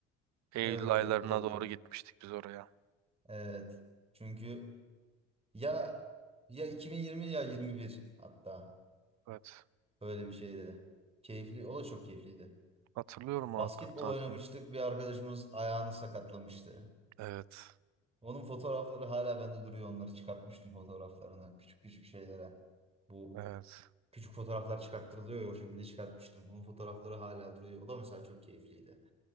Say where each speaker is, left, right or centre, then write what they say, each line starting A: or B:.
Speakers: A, on the right; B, on the right.
A: Eylül
B: Evet
A: aylarına
B: evet olabilir.
A: doğru gitmiştik biz oraya.
B: Evet. Çünkü ya ya 2020 ya 21 hatta
A: Evet.
B: öyle bir şeydi. Keyifli. O da çok keyifliydi.
A: Hatırlıyorum o
B: Basketbol
A: Akkup tatilini.
B: oynamıştık. Bir arkadaşımız ayağını sakatlamıştı.
A: Evet.
B: Onun fotoğrafları hala bende duruyor. Onları çıkartmıştım fotoğraflarını. Küçük küçük şeylere. Bu
A: Evet.
B: Küçük fotoğraflar çıkarttırılıyor ya o şekilde çıkartmıştım. Onun fotoğrafları hala duruyor. O da mesela çok keyifliydi.